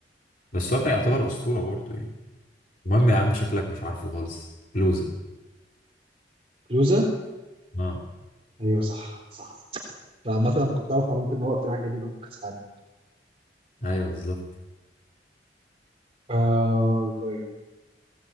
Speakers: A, on the left; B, on the right.
A: بس هو كان يعتبر اسطوره برضه يعني المهم يا عم شكلك مش عارفه خالص كلوزة
B: كلوزا
A: اه
B: ايوه صح صح فعامة انا كنت اعرف معلومة ان هو اكتر حاجة جامدة جدا في كاس العالم
A: ايوه بالظبط
B: آه طيب